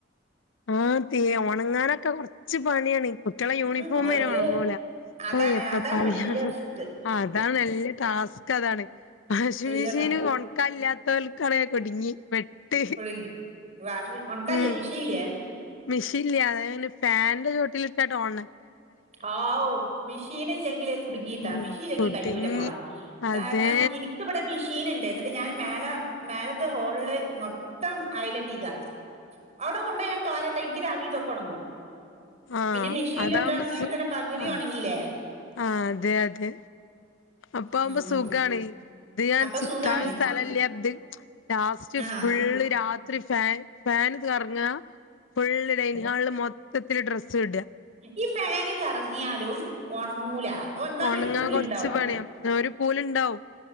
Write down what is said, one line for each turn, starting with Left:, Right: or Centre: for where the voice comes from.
Left: ആഹ് തീയെ ഓണങ്ങനൊക്കെ കുറച്ച് പണിയാണ് കുട്ട്യാളെ യൂണിഫോം
Right: ഉം ഒരു
Left: വരെ ഓണങ്ങുല്ല
Right: അതാണ്
Left: ഓ എത്ര
Right: അതാണ്
Left: പണിയ
Right: വല്യ റിസ്ക്
Left: അതാണ് ല്ല ടാസ അതാണ് വാഷിംഗ
Right: ഇല്ലടാ
Left: മെഷീന് ഒണക്കല്ലാതോൽ കറയാ കുടിങ്ങി പെട്ട്
Right: കുടുങ്ങി വാഷ് ഒണക്കല്ലേ
Left: ഉം....
Right: മിഷീൻല്ലേ
Left: മെഷീൻല്ലേ അതായ്ഞ് ഫാൻന്റെ ചോട്ടിലിട്ടാട്ട ഓണ
Right: ആ മെഷീൻ ഇല്ലെങ്കില് കുടുങ്ങിട്ടാ
Left: ഉം
Right: മെഷീൻെങ്കി
Left: കുടുങ്ങി
Right: കയൂല മോളെ.
Left: അത്
Right: കാരണം ഇനിക്കിവടെ മീഷീ ഷീൻുണ്ട് എന്നിട്ട് ഞാൻ മേല മേലത്തെ ഹോളില് മൊത്തം ഐലെട്ടിക്ക.... അവിടെ കൊണ്ട ഞാൻ തോരട്ട എനിക്ക് രാവിലക്കൊക്കെ ഉണങ്ങും
Left: ആ ആ
Right: പിന്നെ മെഷീനിൽ
Left: അതാവുമ്പോ
Right: - ട്ടങ്ങങ്ങെ
Left: സു
Right: തന്നെ പകുതി
Left: ആ
Right: ഉണങ്ങീല്ലേ.
Left: ആ അതെ അതെ അപ്പ ആവുമ്പോ
Right: ഉം
Left: സുഖാണ് ഇത് ഞാൻ
Right: അപ്പൊ
Left: ചിക്കാനും
Right: സുഖാണ്
Left: സ്ഥലല്ല ഇത് ലാസ്റ്റ്
Right: ആ
Left: ഫുള്ള്ത് ത്തിരി ഫാൻ ഫാൻ കറങ്ങ ഫുള്ള് ഡൈനി ഹാളില് മൊത്തത്തില് ഡ്രസ്സ് ഇട
Right: ഈ ഫാന് കറങ്ങിയാലും ഉണങ്ങൂല. എന്നാലും
Left: ഉണങ്ങാൻ
Right: ഒരു പൂലുണ്ടാവും
Left: കൊറച്ച് പണിയാം ഒരു പൂലുണ്ടാവും